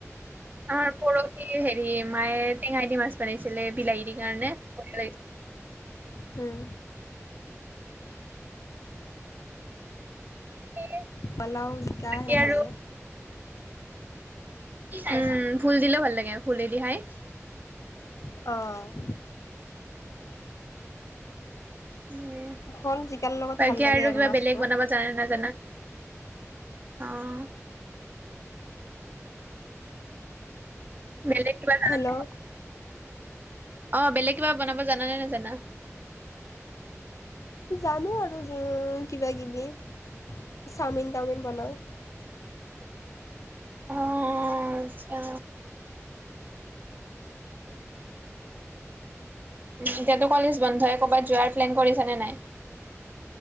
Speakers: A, on the right; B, on the left.
A: আমাৰ পৰহি হেৰি মায়ে টেঙাই দি মাছ বনাইছিলে বিলাহী দি কাৰণে লাগিছিল
B: হম
A: লাগিছিলে
B: পালাও জিকা
A: বাকী
B: হে ভাল
A: আৰু
B: লাগে
A: উম ফুল দিলেও ভাল লাগে ফুলেদি খাই
B: অ'
A: খাই
B: ধন জিকাৰ লগত
A: বাকী
B: ভাল লাগে আৰু
A: কিবা
B: মাছটো
A: বেলেগ বনাব জানা নাজানা অ' বেলেগ কিবা জান
B: হেল্ল'
A: নে অ বেলেগ কিবা বনাব জানানে নে জানা
B: জানো আৰু কিবা কিবি চাওমিন টাাওমিন বনাওঁ
A: অ', আচছা এতিয়াতো কলেজ বন্ধই ক'বাত যোৱাৰ প্লেন কৰিছ নে নাই